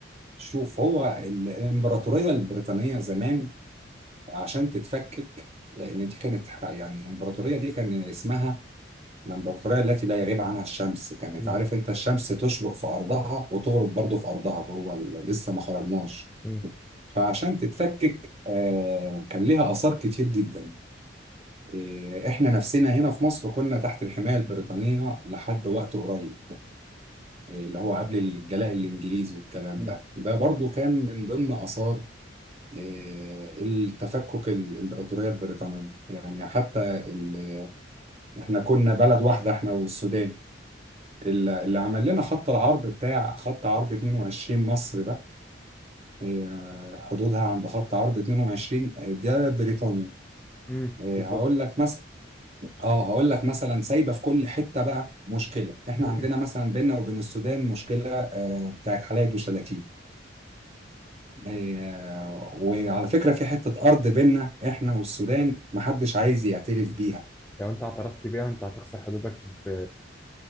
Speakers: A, on the right; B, in the centre.
A: شوف هو ال- الامبراطوريه البريطانيه زمان عشان تتفكك لان دي كانت ح- يعني الامبراطوريه دي كان اسمها الامبراطوريه التي لا يغيب عنها الشمس كانت
B: مم.
A: عارف انت الشمس تشرق في ارضها وتغرب برضه في ارضها هو ال- لسه ما خرجناش
B: مم.
A: فعشان تتفكك آه، كان ليها اثار كتير جدا آه، احنا نفسنا هنا في مصر كنا تحت الحمايه البريطانيه لحد وقت قريب آه، اللي هو قبل الجلاء الانجليزي والكلام
B: مم.
A: ده ده برضه كان من ضمن اثار آه، التفكك الامبراطوريه البريطانيه يعني حتى ال- احنا كنا بلد واحده احنا والسودان اللي اللي عمل لنا خط العرض بتاع خط عرض 22 مصر ده آه، حدودها عند خط عرض 22 آه، ده بريطانيا
B: مم.
A: آه،
B: بالظبط
A: هقول لك مثلا اه هقول لك مثلا سايبه في كل حته بقى مشكله احنا
B: مم.
A: عندنا مثلا بيننا وبين السودان مشكله آه، بتاعت حلايب وشلاتين آه، وعلى فكرة في حتة أرض بينا إحنا والسودان محدش عايز يعترف بيها
B: لو انت اعترفت بيها انت هتخسر حدودك في في